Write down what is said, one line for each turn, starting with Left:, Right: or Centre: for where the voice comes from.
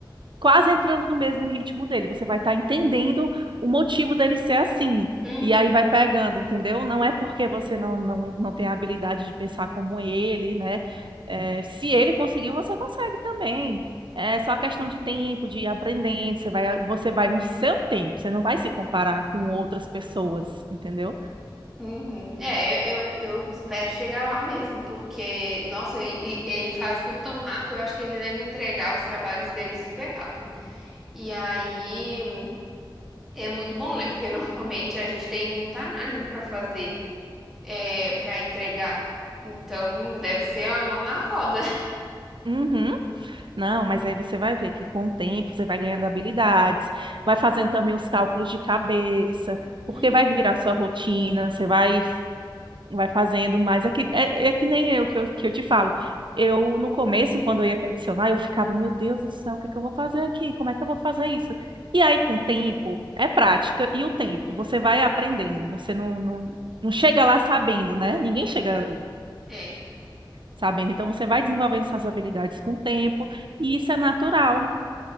Right: quase entrando no mesmo ritmo dele. Você vai estar entendendo o motivo dele ser assim.
Centre: Uhum.
Right: E aí vai pegando, entendeu? Não é porque você não, não, não tem a habilidade de pensar como ele, né? É, se ele conseguiu, você consegue também. É só questão de tempo, de ir aprendendo. Você vai, você vai no seu tempo. Você não vai se comparar com outras pessoas, entendeu?
Centre: Uhum. É, eu, eu, eu espero chegar lá mesmo, porque, nossa, e, e ele faz tudo tão rápido, eu acho que ele deve entregar os trabalhos dele super rápido. E aí é muito bom, né? Porque <laughs> normalmente a gente tem muita análise para fazer, é, para entregar. Então, deve ser a mão na roda.
Right: Uhum. Não, mas aí você vai ver que com o tempo você vai ganhando habilidades, vai fazendo também os cálculos de cabeça, porque
Centre: Hum,
Right: vai virar sua rotina, você vai, vai fazendo mais. É que, é, é que nem eu que, eu que eu te falo. Eu, no começo, quando eu ia peticionar, eu ficava, meu Deus do céu, o que é que eu vou fazer aqui? Como é que eu vou fazer isso? E aí, com o tempo, é prática e o tempo,
Centre: Uhum.
Right: você vai aprendendo, você não, não, não chega lá sabendo, né? Ninguém chega
Centre: É,
Right: sabendo? Então você vai desenvolvendo essas habilidades com o tempo e isso é natural.